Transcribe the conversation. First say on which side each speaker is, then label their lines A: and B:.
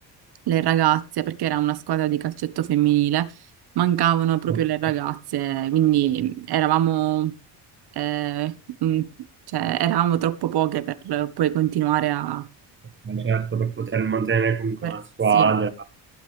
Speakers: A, on the right; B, on the right.
A: le ragazze, perché era una squadra di calcetto femminile, mancavano proprio
B: Ok.
A: le ragazze,
B: Eh,
A: quindi eravamo, eh, mm, cioè, eravamo troppo poche per poi continuare a...
B: Certo, per poter mantenere comunque
A: per-
B: una squadra.
A: Sì,